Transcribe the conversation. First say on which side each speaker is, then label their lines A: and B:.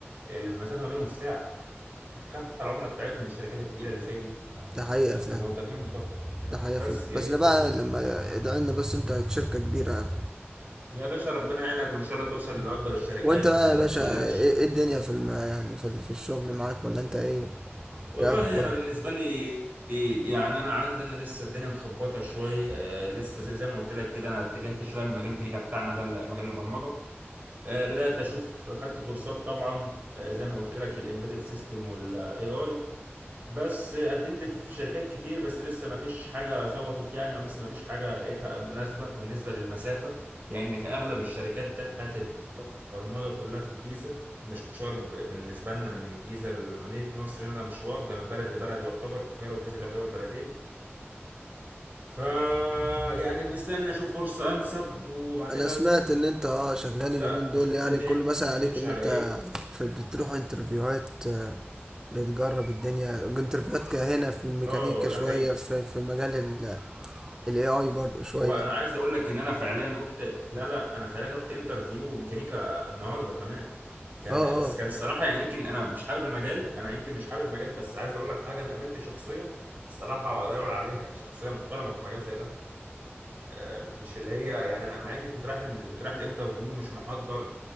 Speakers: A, on the right; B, on the right.
A: المسافه ما بينهم ساعه تخاف على العملاء بتاعتهم من الشركات التقيله اللي زي دي
B: ده حقيقه
A: الموظفين
B: فعلا
A: بتوعهم
B: ده حقيقه
A: بس
B: فعلا
A: هي
B: بس
A: دي الفكرة
B: ده بقى لما ده ان بس انت شركه كبيره يعني
A: يا باشا ربنا يعينك وإن شاء الله توصل لأكبر الشركات
B: وانت بقى
A: آه،
B: يا باشا
A: ما تقلقش
B: ايه إيه الدنيا في الم... يعني في, ال- في الشغل معاك ولا انت ايه
A: والله
B: ايه اخبارك
A: أنا بالنسبة لي يعني أنا عندي أنا لسه الدنيا مخبطة شوية آه، لسه زي ما قلت لك كده أنا اتجهت شوية من مجال الميكانيكا بتاعنا ده لمجال البرمجة آه، بدأت أشوف خدت كورسات طبعا آه، زي ما قلت لك الإمبيدد سيستم والإي آي بس قدمت في شركات كتير بس لسه ما فيش حاجة ظبطت يعني او لسه ما فيش حاجة لقيتها مناسبة بالنسبة للمسافة لان اغلب الشركات بتاعت البرمجة كلها في الجيزة مشوار ب- بالنسبة لنا من الجيزة لمدينة نصر هنا مشوار ده من بلد لبلد يعتبر القاهرة والجيزة تعتبر بلدين فا يعني بستنى اشوف فرصة انسب وبعد كده
B: انا سمعت ان انت اه شغال
A: ابدا
B: اليومين دول
A: اشوف
B: يعني
A: كده الدنيا
B: كل مثلا عليك
A: تمشي
B: ان
A: على
B: انت
A: ايه
B: في بتروح انترفيوهات آه، بتجرب الدنيا انترفيوهات ك- هنا في الميكانيكا
A: اه
B: شوية
A: ده حقيقي
B: في في مجال ال الاي اي برضه شوية
A: هو انا عايز اقول لك ان انا فعليا رحت لا لا انا فعليا رحت انترفيو ميكانيكا النهارده كمان كان
B: اه اه
A: بس كان الصراحه يعني يمكن انا مش حابب المجال انا يمكن مش حابب المجال بس عايز اقول لك حاجه انا قابلت شخصيه الصراحه لا يعلى عليها يعني شخصيه محترمه في مجال زي ده آه، مش اللي هي يعني انا مع اني كنت رايح الم- كنت رايح الانترفيو مش محضر